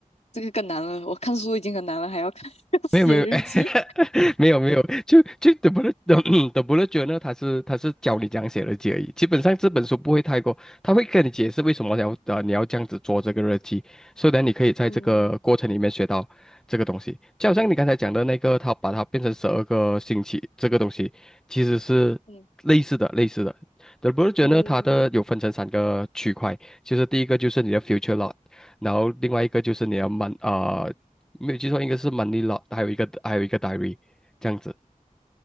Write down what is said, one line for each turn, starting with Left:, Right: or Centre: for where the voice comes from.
Left: 这个更难了。我看书已经很难了，还要看 <laughs> 要写日记。
Centre: 没有没有 <laughs> 没有没有，就就德布勒德 <clears throat> 德布勒觉呢，他 <coughs> 是他是教你讲样写日记而已。基本上这本书不会太过，他会跟你解释为什么你要呃你要这样子做这个日记，所以呢你可以在这个过程里面学到这个东西。
Left: 嗯
Centre: 就好像你刚才讲的那个，他把它变成十二个星期这个东西，其实是类似的类似的。
Left: 嗯
Centre: 德布勒觉呢，
Left: 嗯
Centre: 它的有分成三个区块，就是第一个就是你的 future lot，然后另外一个就是你的 mon 啊、呃没有记错，应该是 m o n e y l o a 还有一个还有一个 Diary，这样子，